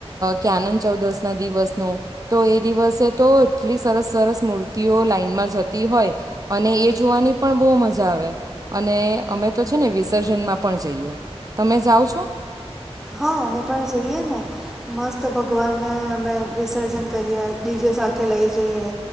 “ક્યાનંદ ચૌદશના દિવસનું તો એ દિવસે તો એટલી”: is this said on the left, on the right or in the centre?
Right